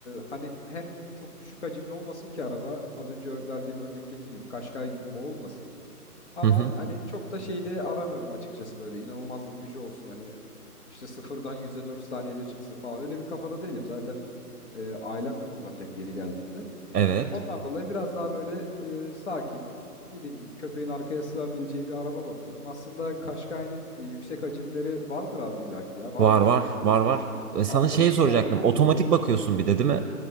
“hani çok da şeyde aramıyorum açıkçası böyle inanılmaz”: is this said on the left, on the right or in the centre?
Left